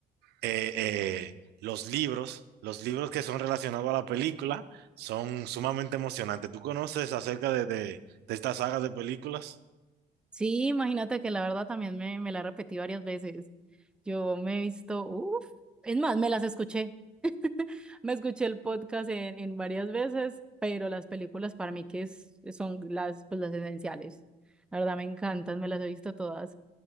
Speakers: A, on the right; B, in the centre.
A: eh, eh, los libros, los libros que son relacionados a la película, son sumamente emocionantes. ¿Tú conoces acerca de, de, de esta saga de películas?
B: Sí, imagínate que la verdad también me, me la repetí varias veces. Yo me he visto, uff, es más, me las escuché. <laughs> Me escuché el podcast en, en varias veces, pero las películas para mí que es- son las, pues, las esenciales. La verdad me encantan, me las he visto todas.